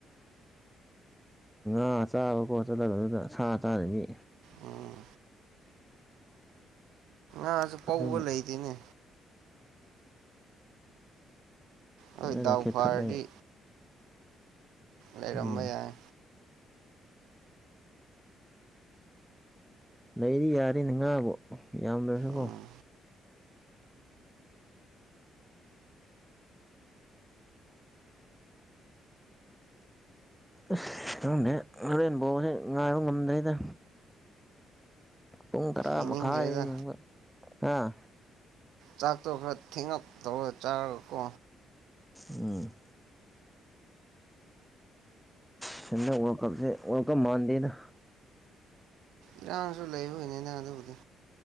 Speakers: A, in the centre; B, on the right (about 85°).
A: ꯑꯥ ꯆꯥꯕ ꯈꯣꯠꯇꯅꯤ ꯁꯥ ꯆꯥꯅꯤꯅꯤ
B: ꯎꯝ ꯑꯁꯨ
A: ꯐꯖꯅ
B: ꯄꯧꯕ ꯂꯩ ꯇꯅꯦ ꯍꯣꯏ
A: ꯐꯖꯅ
B: ꯗꯥꯎ
A: ꯈꯦꯠꯊꯠꯂꯒ
B: ꯐꯥꯔꯗꯤ ꯂꯩꯔꯝꯕ
A: ꯎꯝ
B: ꯌꯥꯏ
A: ꯂꯩꯔꯤ ꯌꯥꯔꯤꯅ ꯉꯥꯕꯣ ꯌꯥꯝ ꯂꯣꯏꯔꯦꯀꯣ
B: ꯎꯝ
A: ꯑꯁ ꯈꯪꯗꯔꯦ ꯍꯨꯔꯦꯟꯕꯥꯎ ꯉꯥꯏ ꯉꯝꯗꯦꯗꯥ ꯄꯨꯡ ꯇꯔꯥ
B: ꯌꯦꯡꯅꯤꯡꯈ꯭ꯔꯦꯗ
A: ꯃꯈꯥꯏ ꯍꯥꯏꯅꯤꯡꯕ ꯑꯥ
B: ꯆꯥꯛꯇꯣ ꯈꯔ ꯊꯦꯡꯉ ꯇꯧꯔ ꯆꯥꯔ ꯀꯣ
A: ꯎꯝ ꯁꯤ ꯑꯣꯔ ꯀꯞꯁꯦ ꯑꯣꯔ ꯀꯞ ꯃꯥꯟꯗꯦꯅ
B: ꯏꯔꯥꯡꯁꯨ ꯂꯩꯕꯅꯤ ꯅꯪ ꯑꯗꯨꯕꯨꯗꯤ